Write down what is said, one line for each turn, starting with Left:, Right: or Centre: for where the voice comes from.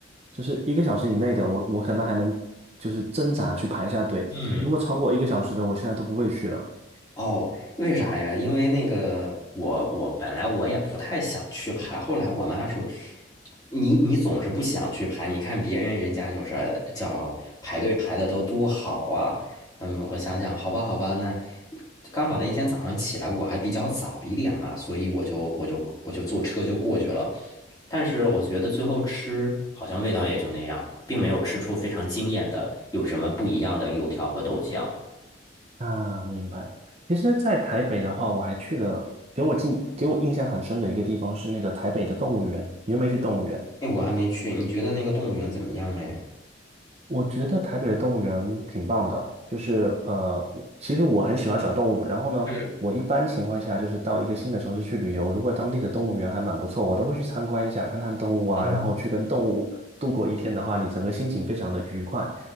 Right: 就是一个小时以内的，我我可能还能就是挣扎去排一下队。
Left: 嗯，
Right: 如果超过一个小时的，我现在都不会去了。
Left: 哦，为啥呀？因为那个我我本来我也不太想去排，后来我妈说，你你总是不想去排，你看别人人家就是叫排队排的都多好啊。嗯，我想想，好吧好吧，那刚好那一天早上起来我还比较早一点嘛，所以我就我就我就坐车就过去了。但是我觉得最后吃好像味道也就那样，并没有吃出非常惊艳的有什么不一样的油条和豆浆。
Right: 啊，明白。其实，在台北的话，我还去了，给我印给我印象很深的一个地方是那个台北的动物园。你有没有去动物园？
Left: 哎，我还没去，你觉得那个动物园怎么样嘞？
Right: 我觉得台北的动物园挺棒的，就是呃，其实我很喜欢小动物。然后呢，
Left: 嗯
Right: 我一般情况下就是到一个新的城市去旅游，如果当地的动物园还蛮不错，我都会去参观一下，看看动物啊，
Left: 啊，
Right: 然后去跟动物度过一天的话，你整个心情非常的愉快。